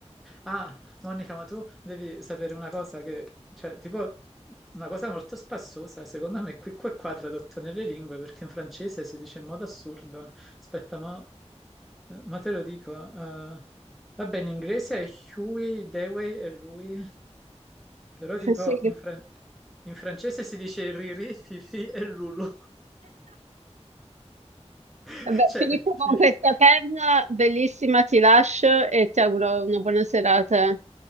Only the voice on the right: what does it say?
<laughs>
Sì.
Vabbè,
finisco
con questa perla bellissima, ti lascio e ti auguro una buona serata.